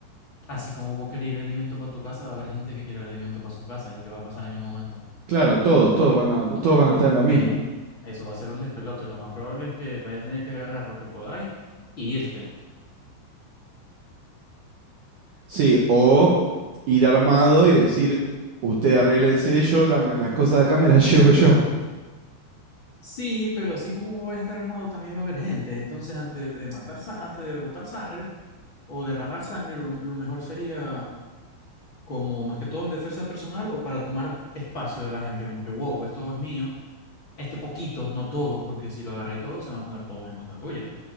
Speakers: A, on the left; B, on the right.
A: así como vos querés el alimento para tu casa, va a haber gente que quiera el alimento para su casa. ¿Y qué va a pasar en el momento?
B: Claro, todos, todos van a, todos van a estar en la misma.
A: Ey, eso va a ser un despelote. Lo más probable es que vayas a tener que agarrar lo que podáis y irte.
B: Sí, o ir armado y decir, usted arréglense yo, la- las cosas de acá me las <laughs> llevo yo.
A: Sí, pero así como vos vas a estar armado, también va a haber gente. Entonces, antes de matar, sa- antes de botar sangre o derramar sangre, lo lo mejor sería como más que todo en defensa personal o para tomar espacio de la gente, como que, wow, esto es mío, este poquito, no todo, porque si lo agarráis todo, se van a poner todos en contra tuya.